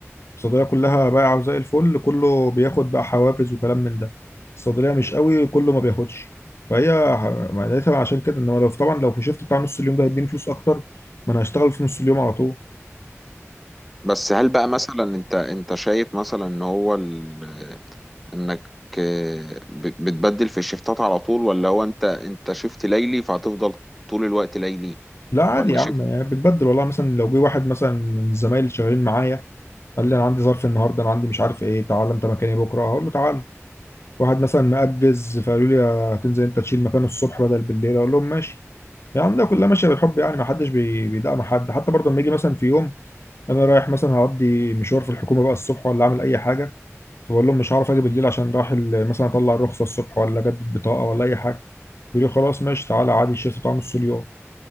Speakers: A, on the left; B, in the centre.
A: الصيدليه كلها بايعه زي الفل كله بياخد بقى حوافز وكلام من ده الصيدليه مش قوي كله ما بياخدش فهي ه- معناتها عشان كده انما لو طبعا لو في شيفت بتاع نص اليوم ده هيديني فلوس اكتر ما انا هشتغل في نص اليوم على طول
B: بس هل بقى مثلا انت انت شايف مثلا ان هو ال... انك آه، ب- بتبدل في الشفتات على طول ولا هو انت انت شفت ليلي فهتفضل طول الوقت ليلي
A: لا عادي
B: ولا
A: يا عم يعني بتبدل والله مثلا لو جه واحد مثلا من الزمايل اللي شغالين معايا قال لي انا عندي ظرف النهارده انا عندي مش عارف ايه تعالى انت مكاني بكره هقول له تعالى واحد مثلا مأجز فقالوا لي هتنزل انت تشيل مكانه الصبح بدل بالليل اقول لهم ماشي يعني ده كلها ماشيه بالحب يعني ما حدش بي- بيدعم حد حتى برضه لما يجي مثلا في يوم انا رايح مثلا هقضي مشوار في الحكومه بقى الصبح ولا اعمل اي حاجه فبقول لهم مش هعرف اجي بالليل عشان رايح ال- مثلا اطلع الرخصه الصبح ولا اجدد بطاقه ولا اي حاجه يقول لي خلاص ماشي تعالى عادي شيل طعم نص اليوم